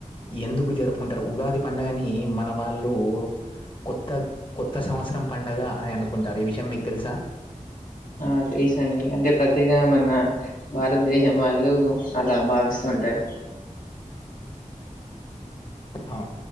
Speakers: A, on the left (about 40°); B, on the left (about 80°).
A: ఎందుకు జరుపుకుంటరు ఉగాది పండగని మన వాళ్ళు కొత్త కొత్త సంవత్సరం పండగ అని అనుకుంటారు ఈ విషయం మీకు తెలుసా
B: ఆ తెలుసండి అంటే పెద్ద గా మన భారతదేశం వాళ్ళు అలా భావిస్తూ ఉంటారు
A: హా